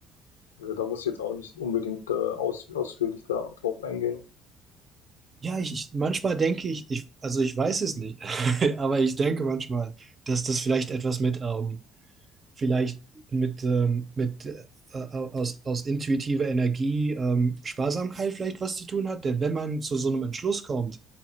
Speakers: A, on the left; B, on the right.
A: Ja, Da muss ich jetzt auch nicht unbedingt äh, aus, ausführlich da drauf eingehen.
B: Ja, ich, ich manchmal denke ich, ich, also ich weiß es nicht, <laughs> aber ich denke manchmal, dass das vielleicht etwas mit ähm, vielleicht mit, ähm, mit äh, aus, aus intuitiver Energie ähm, Sparsamkeit vielleicht was zu tun hat. Denn wenn man zu so einem Entschluss kommt